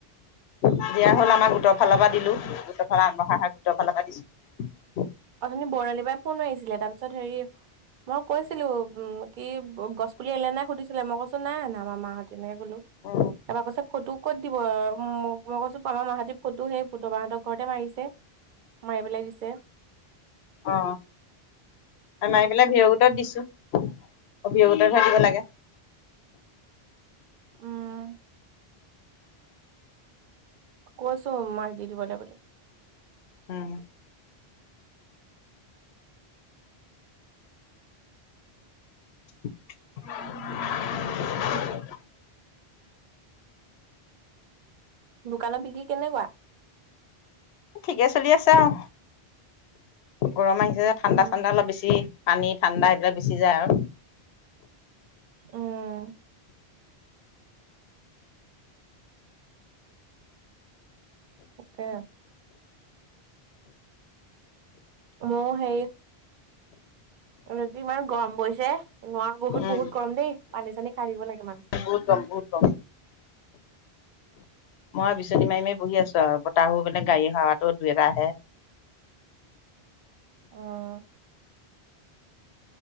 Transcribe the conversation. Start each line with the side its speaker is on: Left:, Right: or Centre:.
Left: অ দিয়া হল আমাক উ্তৰ ফালৰ পৰা দিলো গোটৰ ফালে আৰমাহাক গোটৰ ফালে পা দিছো
Right: অথনি বৰ্ণালীৰ পৰা ফোন আহিছিলে তাৰপিছত হেৰি মই কৈছিলো উম কি গছ পুলি এলে নাই সুধিছিলে মই কৈছো নাই নাই আমাৰ মাহঁতি এনেকে ক'লো
Left: অ
Right: তবাৰ কৈছে ফটো ক'ত দিব মই কৈছোমাৰ মাহতে ফটো সেই পুতবাহঁতক ঘৰতে মাৰিছে মাৰিবলৈ দিছে।
Left: অ আমাৰ এফালে ভিয় গোটত দিছো অ ভিয় গোটতহে দিব লাগে।
Right: উম, কৈছো মাক দি দিবলে বুলি।
Left: উম, <inaudible>
Right: দোকানত বিক্ৰী কেনেকুৱা।
Left: ঠিকে চলি আছে আও, গৰম আহিছে যে ঠাণ্ডা
Right: উম
Left: ঠাণ্ডা অলপবেছি। পানী ঠাণ্ডা এইবিলাক বেছি যায় আৰু
Right: উম তাকে, মও সেই, আজি ইমান গৰম বৈছে, নোৱাৰ বহুত
Left: উম
Right: বহুত গৰম দেই পানী চানী খাই দিব লাগে মানুহে।
Left: বহুত গম বহুত গম মই বিচনী মাৰি মাৰি বহি আছো আৰু বতাহু পানে গাড়ী হৱাটো দুই এটা আহে,
Right: আহ,